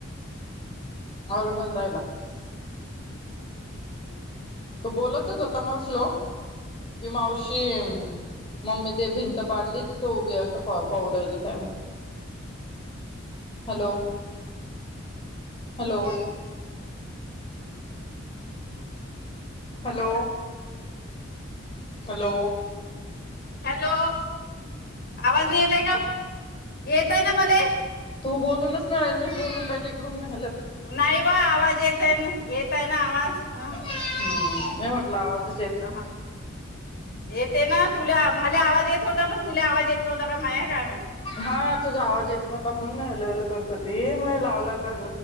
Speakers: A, on the left; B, on the left.
A: अरुडोून रायईला
B: ह्
A: तो बोलतच होता मावस लोक कि मावशी मम् ममी ते भिंत पाडली तिथ उभे वाट पाऊ राहिले काय म्हण hello hello hello hello.
B: Hello आवाज नि येत आहे का येत आहे ना मला
A: तू बोलूनच नाही मी बोलून राहिली इकडून म्या
B: नाही वा आवाज येतय ना येतय ना आवाज ह
A: हम्म म म्हटला आवाज
B: अ हां येते ना तुला मला आवाज येत होता पण तुला आवाज येत नव्हता का माझ कायम
A: हा तुझा आवाज येत मता म्हणून म हलल करत होती मग लावला आण